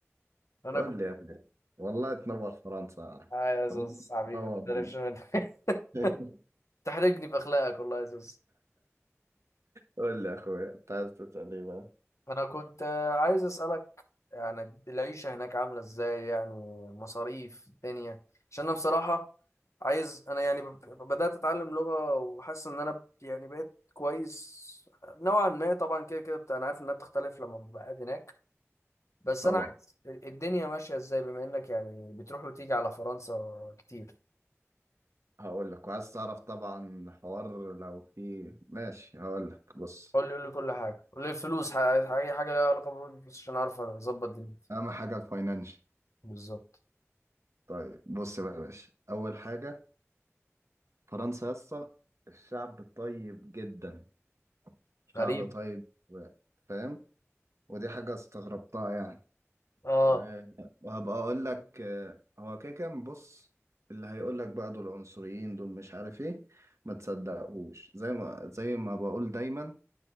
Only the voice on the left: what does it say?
انا
كنت
اه يا زوز
حبيبي
ما تقلقش
منك
<laughs> تحرجني باخلاقك والله يا زوز
انا كنت عايز اسالك يعني العيشه هناك عامله ازاي يعني مصاريف الدنيا عشان انا بصراحه عايز انا يعني ب- بدأت اتعلم لغة وحاسس ان انا ب- يعني بقيت كويس نوعا ما طبعا كده كده بت- انا عارف انها بتختلف لما ببقى قاعد هناك بس
انا عايز الدنيا ماشية ازاي بما انك يعني بتروح وتيجي على فرنسا كتير
قول لي قول لي كل حاجة قول لي الفلوس ح- اي حاجة لها علاقة بالفلوس عشان اعرف اظبط دنيتي
بالظبط
غريب
اه